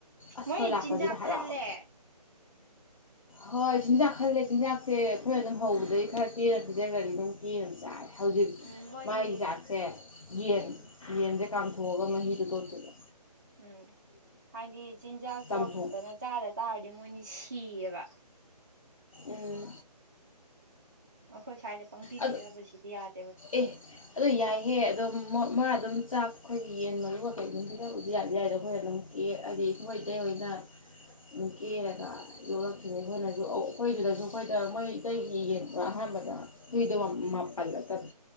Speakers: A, on the left; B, on the right.
A: ꯑꯩꯈꯣꯏ
B: ꯃꯣꯏ
A: ꯂꯥꯛꯄꯁꯤꯗ
B: ꯆꯤꯟꯖꯥꯛ
A: ꯍꯔꯥꯎ
B: ꯈꯜꯂꯦ
A: ꯍꯣꯏ ꯆꯤꯟꯗ ꯈꯜꯦ ꯤꯟꯦ ꯑꯩꯈꯣꯏ ꯑꯗꯨꯝ ꯍꯧꯗꯩ
B: ꯎꯝ
A: ꯈꯔ ꯆꯦꯔ ꯐꯤꯗꯒꯗꯤ ꯑꯗꯨꯝ ꯀꯦꯅ ꯆꯥꯔꯦ ꯍꯧꯖꯤꯛ
B: ꯎꯝ ꯃꯣꯏ
A: ꯃꯥꯏꯒꯤ ꯆꯥꯛꯁꯦ ꯌꯦꯟ
B: ꯎꯝ
A: ꯌꯦꯟꯁꯦ ꯀꯝ ꯒ ꯃ ꯍꯔ ꯊꯔꯇꯒ
B: ꯎꯝ ꯍꯥꯏꯗꯤ ꯆꯤꯟꯖꯥꯛꯇꯣ
A: ꯆꯝꯊꯣꯡ
B: ꯐꯖꯅ ꯆꯥꯗ ꯇꯥꯔꯗꯤ ꯃꯣꯏꯅꯤ ꯀꯤꯌꯦꯕꯥ
A: ꯎꯝ
B: ꯑꯣꯈꯣꯏ ꯁꯥꯏꯗ ꯄꯪꯇꯤ
A: ꯑꯗꯣ
B: ꯄꯤꯖꯕꯁꯤꯗꯤ ꯌꯥꯔꯦ
A: ꯑꯦ ꯑꯗꯨꯣ ꯌꯥꯏꯍꯦ ꯑꯗꯨꯝ ꯃꯥ ꯑꯗꯨꯝ ꯆꯥꯛ ꯑꯩꯈꯣꯏꯒꯤ ꯌꯦꯟ ꯃꯔꯨꯒ ꯀꯩ ꯅꯨꯡꯁꯤꯗꯕꯗꯤ ꯌꯥꯗꯤ ꯌꯥꯏꯗꯦ ꯑꯩꯈꯣꯏꯅ ꯑꯗꯨꯝ ꯀꯦ ꯍꯥꯏꯗꯤ ꯑꯩꯈꯈꯣꯏ ꯏꯇꯩ ꯑꯣꯏꯅ ꯑꯗꯨꯝ ꯀꯦꯔꯒ ꯌꯣꯛꯂꯛꯈꯤꯕꯅꯤ ꯑꯩꯈꯣꯏꯅꯁꯨ ꯑꯩꯈꯣꯏꯗꯨꯗꯁꯨ ꯑꯩꯈꯣꯏꯗ ꯃꯣꯏ ꯏꯇꯩꯒꯤ ꯌꯦꯟꯗ ꯑꯍꯥꯟꯕꯗ ꯍꯨꯏꯗꯕ ꯃꯥꯄꯜꯂꯛꯇꯕ